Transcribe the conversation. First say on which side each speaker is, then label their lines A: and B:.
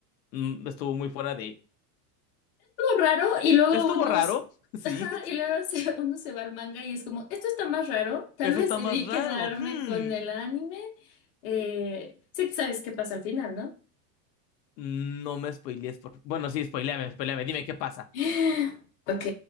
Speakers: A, on the left; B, on the left.
A: mm, estuvo muy fuera de...
B: raro y luego
A: Estuvo
B: unos,
A: raro, <laughs> sí.
B: ajá, y luego <laughs> se- uno se va al manga y es como, esto está más raro, tal
A: Eso
B: vez
A: está
B: debí
A: más raro.
B: quedarme
A: Hmm.
B: con el anime. Eh, sí, sabes qué pasa al final, ¿no?
A: No me spoilees. Por... Bueno, sí, spoileame, spoileame. Dime qué pasa.
B: <gasps> Ok,